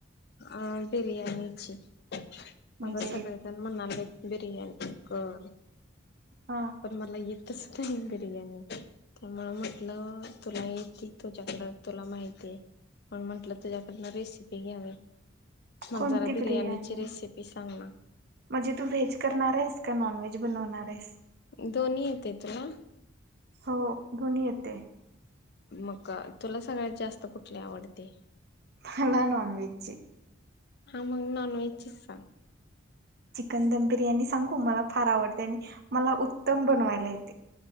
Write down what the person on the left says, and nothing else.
अ बिर्याणीची अगं
सगळे जन म्हणालेत बिर्याणी कर
पण मला येतच नाही बिर्याणी त्यामुळं म्हटलं तुला येती तुझ्याकड तुला माहितीय पण म्हंटलं तुझ्याकडन रेसिपी घ्यावी मग
जरा बिर्याणीची
रेसिपी सांग ना
दोन्ही येते तुला
मग अ तुला सगळ्यात जास्त कुठली आवडते?
हा मग नॉन व्हेज चीच सांग